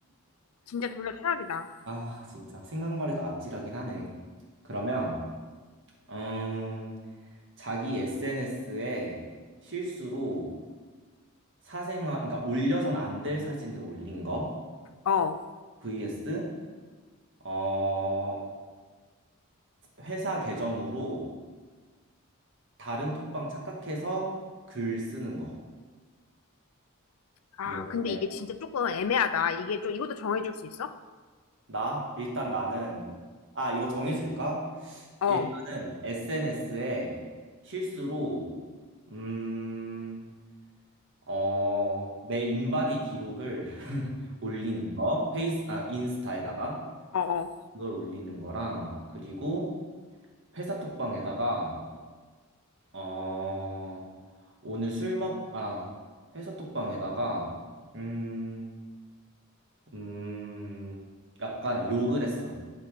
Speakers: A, on the left; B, on the right.
A: 진짜 둘 다 최악이다.
B: 아, 진짜 생각만 해도 아찔하긴 하네. 그러면 음, 자기 SNS에 실수로 사생활, 그러니까 올려선 안 될 사진을 올린 거
A: 어.
B: vs 어, 회사 계정으로 다른 톡방 착각해서 글 쓰는 거.
A: 아,
B: 뭐
A: 근데
B: 할래?
A: 이게 진짜 조금 애매하다. 이게 좀, 이것도 정해줄 수 있어?
B: 나 일단 나는 아, 이거 정해줄까?
A: 어,
B: 일단은
A: 어,
B: SNS에 실수로 음. 어, 내 인바디 기록을 <laughs> 올리는 거, 페이스, 아, 인스타에다가
A: 어,
B: 그걸 올리는 거랑, 그리고 회사 톡방에다가, 어, 오늘 술 먹, 아, 회사 톡방에다가, 음, 음, 약간 욕을 했어.